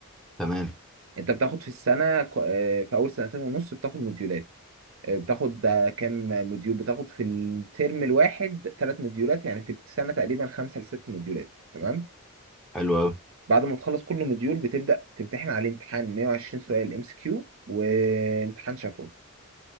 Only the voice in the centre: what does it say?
تمام
حلو اوي